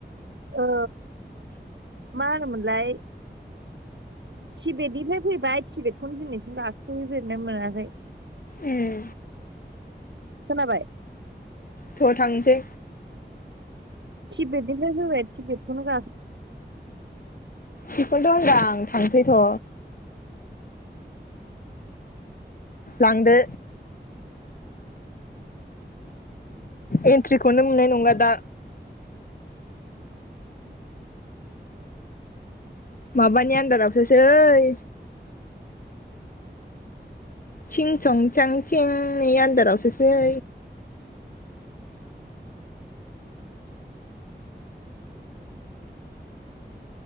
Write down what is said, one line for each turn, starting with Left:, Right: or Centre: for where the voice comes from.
Right: ओ मा होनोमोनलाय टिबेेदनिफ्राय फैबाय टिबेेद खौनो दिनैसिम गाखैफेरनो मोनाखै
Left: उम
Right: खोनाबाय
Left: थ थांसै
Right: थिबेदनिफ्राय फैबाय थिबेदखौनो गा
Left: बेखौथ होनदों आं‌ थांसै थ लांदो एन्ट्रिखौनो मोननाय नंला दा माबानि आन्दारावसोसै सिं सं सां सें नि आनदारावसोसै